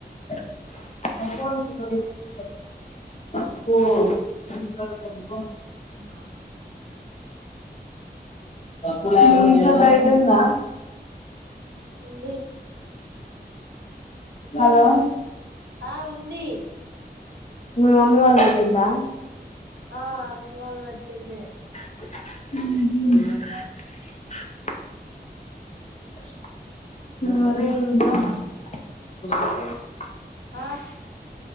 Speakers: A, on the left; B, on the right.
A: ఏవ్
B: <unintelligible>
A: ఊ ఇగ బెడ్ ఉందా
B: <inaudible> ఉంది
A: హలో
B: ఆ ఉందీ
A: మీ మమ్మీ వాళ్ళు పెట్టిందా
B: ఆ అమ్మోలు వెట్టిందే
A: ఉహు <unintelligible> <unintelligible>
B: ఆ